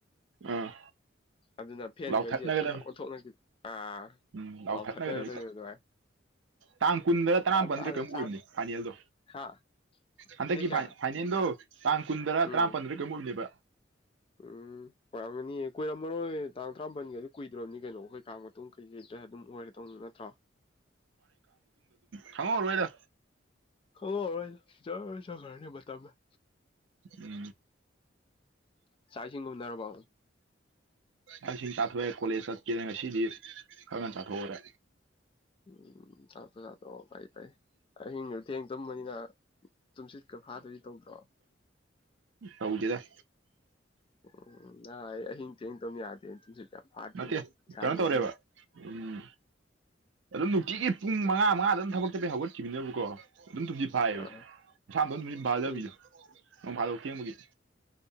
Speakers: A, on the right; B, on the left.
A: ꯑꯥ
B: ꯑꯗꯨꯅ ꯐꯦꯟꯈꯩꯁꯦ
A: ꯂꯥꯎꯊꯠꯅꯒꯗꯝꯅꯤ
B: ꯇꯥꯛ ꯇꯛꯅ ꯊꯣꯛꯅꯁꯤꯥ
A: ꯎꯝ ꯂꯥꯎꯊꯠꯅꯒꯗꯝꯅꯤ
B: ꯂꯥꯎꯊꯠꯅꯒꯗꯣꯏ ꯑꯗꯨꯋꯥꯏ
A: ꯇꯥꯡ ꯀꯨꯟꯗ ꯇꯔꯥꯃꯥꯄꯜꯗ
B: ꯇꯥꯅ
A: ꯀꯔꯤꯝꯨꯛ
B: ꯆꯥ
A: ꯑꯣꯏꯕꯅꯤ ꯐꯥꯏꯅꯦꯜꯗꯣ
B: ꯍꯥ
A: ꯍꯟꯗꯛꯀꯤ
B: ꯗꯦꯠ ꯀꯌꯥ
A: ꯐꯥꯏꯅꯜꯗꯣ ꯇꯥꯡ ꯀꯨꯟꯗꯔꯥ
B: ꯎꯝ
A: ꯇꯔꯥꯄꯟꯗ ꯀꯩꯝ ꯑꯣꯏꯕꯅꯦꯕ
B: ꯎꯝ ꯄꯔꯝꯔꯣ ꯇ ꯀꯔꯥꯝꯕꯟꯒꯤ ꯑꯗꯨ ꯀꯨꯏꯗ꯭ꯔꯣꯅꯤ ꯀꯩꯅꯣ ꯑꯩꯈꯣꯏ ꯀꯥ ꯃꯇꯨꯡ ꯀꯩꯀꯩꯗ ꯑꯗꯨꯝ ꯑꯣꯏꯔ ꯇꯧꯅꯣ ꯅꯠꯇ꯭ꯔꯣ
A: ꯊꯃꯣꯔꯦꯗ
B: ꯈꯪꯍꯧꯔꯥꯔꯣꯏꯗ ꯖꯔ ꯆꯠꯈꯔꯅꯤꯕꯇꯥꯕꯃꯦ
A: ꯎꯝ
B: ꯆꯥꯛ ꯏꯁꯤꯡꯒ ꯎꯅꯔꯕꯣ
A: ꯑꯩꯁꯤꯡ ꯆꯊꯋꯦ ꯀꯣꯂꯦꯖ ꯆꯠꯀꯦꯅ ꯉꯁꯤꯗꯤ ꯈꯔꯅ ꯆꯥꯊꯣꯛꯎꯔꯦ
B: ꯎꯝ ꯆ ꯄꯨꯖꯥꯗꯣ ꯐꯩ ꯐꯩ ꯑꯍꯤꯡꯗꯨꯣ ꯊꯦꯡ ꯇꯨꯝꯕꯅꯤꯅ ꯇꯨꯝꯁꯤꯠꯀ ꯐꯥꯗꯗꯤ ꯇꯧꯗ꯭ꯔꯣ
A: ꯇꯧꯗꯦꯗ
B: ꯎꯝ ꯑꯍꯤꯡ ꯊꯤꯡ ꯇꯧꯃꯤ ꯌꯥꯗꯦ ꯐꯥꯇꯤꯟ
A: ꯅꯠꯇꯦ
B: ꯏ ꯁꯥꯥꯖ
A: ꯀꯩꯅꯣ ꯇꯧꯔꯦꯕ ꯎꯝ ꯑꯗꯨꯝ ꯅꯨꯡꯇꯤꯒꯤ ꯄꯨꯡ ꯃꯉꯥ ꯃꯉꯥꯗ ꯑꯗꯨꯝ ꯊꯕꯛꯇꯗꯤ ꯍꯧꯒꯠꯈꯤꯕꯅꯕꯀꯣ ꯑꯗꯨꯝ ꯊꯨꯝꯁꯤ ꯐꯥꯏꯌꯦꯕ
B: ꯑꯥ
A: ꯏꯁꯥꯝꯝ ꯊꯨꯝꯁꯤ ꯐꯥꯗꯕꯤꯗꯣ
B: ꯍꯣꯏ
A: ꯅꯣꯡ ꯐꯥꯗꯣꯛ ꯀꯦꯡꯕꯒꯤ